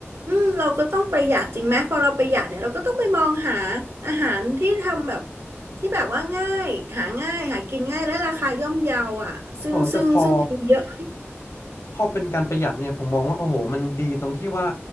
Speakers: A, on the right (about 65°); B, on the left (about 75°).
A: อืมเราก็ต้องประหยัดจริงไหมพอเราประหยัดเนี่ยเราก็ต้องไปมองหาอาหารที่ทำแบบที่แบบว่าง่ายหาง่ายหากินง่ายและราคาย่อมเยาอ่ะซึ่งซึ่งซึ่งมีเยอะ
B: โอ้แต่พอ พอเป็นการประหยัดเนี่ยผมมองว่าโอ้โหมันดีตรงที่ว่า